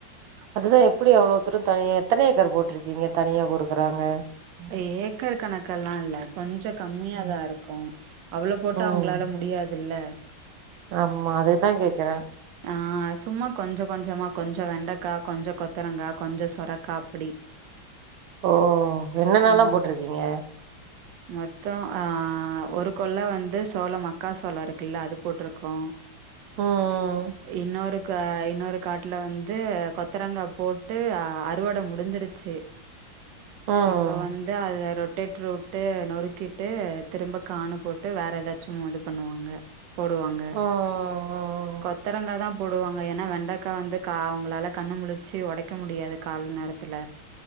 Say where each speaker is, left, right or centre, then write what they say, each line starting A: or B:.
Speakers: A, on the right; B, on the right.
A: அதுதா எப்டி அவ்வளோ தூரோ தனியா எத்தன ஏக்கர் ஏக்கர் போட்டு இருக்குக்கிங்க தனியா பொறுக்குறாங்க
B: ஏக்கர் கணக்கல்லா இல்ல கொஞ்சோ கம்மியாதா
A: ம்
B: இருக்கும் ம் அவ்ளோ போட்டா
A: ம்
B: அவங்களால முடியாதுல்ல
A: ஆமா அதுக்குதா கேக்குற
B: ஆ சும்மா கொஞ்சோ கொஞ்சமா கொஞ்சோ வெண்டக்கா கொஞ்சோ கொத்தரங்கா கொஞ்சோ சொரக்கா அப்டி
A: ஓ என்னென்னல்லா
B: ம்
A: போட்ருக்கீங்க
B: மொத் தோ ஆ ஒரு கொள்ள வந்து சோள மக்காசோள இருக்குல்ல அது போட்ருக்கோ
A: ம்
B: இன்னொரு கா இன்னொரு காட்டுல வந்து கொத்தரங்கா போட்டு அறுவட முடிஞ்சுருச்சு
A: ம்
B: இப்போ வந்து அத ரொட்டேட்ரு உட்டு நொறுக்கிட்டு திரும்ப காணு போட்டு வேற எதாச்சும் இது பண்ணுவாங்க போடுவாங்க
A: ம் ம்
B: கொத்தரங்கா தா போடுவாங்க ஏன்னா வெண்டக்கா வந்து கா அவங்களால கண்ணு முளிச்சு ஒடைக்க முடியாது கால்ல நேரத்துல